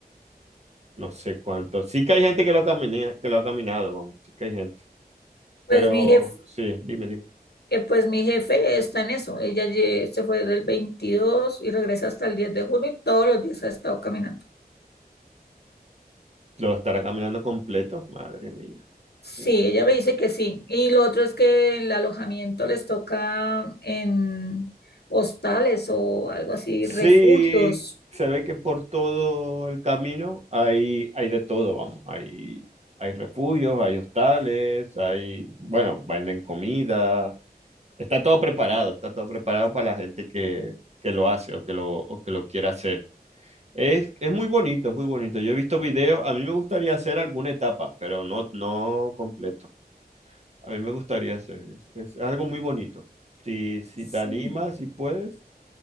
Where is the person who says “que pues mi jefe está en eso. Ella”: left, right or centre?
Left